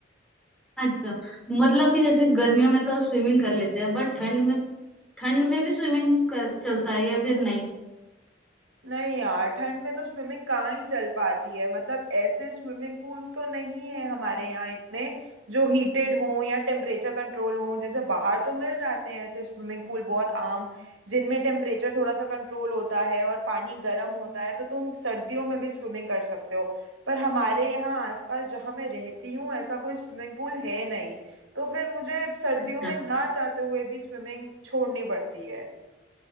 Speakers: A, in the centre; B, on the right.
A: अच्छा मतलब कि जैसे गर्मियों में तो स्विमिंग कर लेते हैं बट ठंड में ठंड में भी स्विमिंग कर, चलता है या फिर नहीं
B: नहीं यार ठंड में तो स्विमिंग कहाँ ही चल पाती है मतलब ऐसे स्विमिंग पूल्स तो नहीं है हमारे यहाँ इतने जो हीटेड हों या टेम्परेचर कंट्रोल हों जैसे बाहर तो मिल जाते हैं ऐसे स्विमिंग पूल बहुत आम जिनमें टेम्परेचर थोड़ा सा कंट्रोल होता है और पानी गर्म होता है तो तुम सर्दियों में भी स्विमिंग कर सकते हो पर हमारे यहाँ आसपास जहाँ मैं रहती हूँ ऐसा कोई स्विमिंग पूल है नहीं तो फिर मुझे सर्दियों
A: अच्छा
B: में ना चाहते हुए भी स्विमिंग छोड़नी पड़ती है